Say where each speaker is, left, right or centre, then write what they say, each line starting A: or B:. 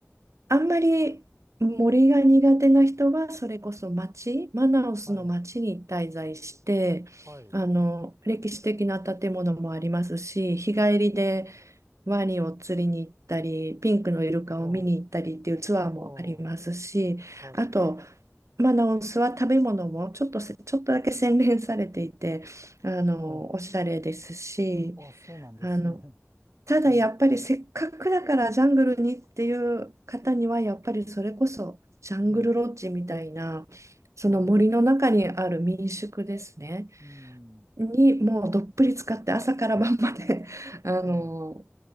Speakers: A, on the right (about 80°); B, on the right (about 55°).
A: あんまり森が苦手な人は、それこそ町、マナオスの町に滞在して、
B: はい。はい。
A: あの、歴史的な建物もありますし、日帰りでワニを釣りに行ったり、ピンクのイルカを見に行ったりっていうツアーもありますし、
B: ほう、ほう、はい。
A: あと、マナオスは食べ物もちょっとせ、ちょっとだけ洗練されていて、あの、
B: ああ、
A: おしゃれですし、
B: あ、そうなんですね。
A: あの、
B: <laughs>
A: ただやっぱりせっかくだからジャングルにっていう方にはやっぱりそれこそジャングルロッジみたいな
B: うん、うん、
A: その森の中にある民宿ですね
B: はい。うん、
A: にもうどっぷり使って朝から晩まであの
B: ええ、